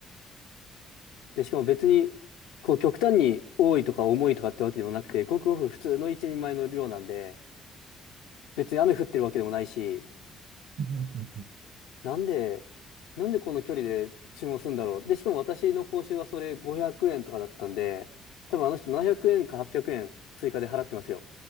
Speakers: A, on the left; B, on the right.
A: で、しかも別に、こう、極端に多いとか重いとかってわけでもなくて、ごくごく普通の一人前の量なんで、別に雨降ってるわけでもないし、
B: うんうんうん
A: なんで、なんでこの距離で注文するんだろう。で、しかも私の報酬はそれ500円とかだったんで、多分あの人700円か800円追加で払ってますよ。